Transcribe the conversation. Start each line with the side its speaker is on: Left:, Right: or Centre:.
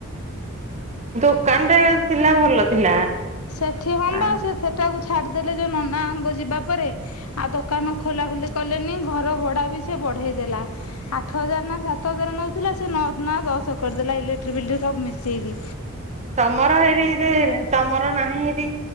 Right: ଦୋକାନ ଟା ଥିଲା ଭଲ ଥିଲା।
Left: ସେଠି ହମ୍ବା
Right: ଆ
Left: ସେ ସେଟାକୁ ଛାଡିଦେଲେ ଯୋଉ ନନା ଆଙ୍ଗ ଯିବା ପରେ। ଆଉ ଦୋକାନ ଖୋଲା ଖୋଲି କଲେ ନି ଘର ଭଡା ବି ସେ ବଢେଇ ଦେଲା। ଆଠ ହଜାର ନା ସାତ ହଜାର ନଉଥିଲା ସେ ନ ନା ଦଶ କରିଦେଲା ଇଲେଟ୍ରି ବିଲ ସବୁ ମିଶିଇକି।
Right: ତମର ଏଇଠି ତମର ନାହିଁ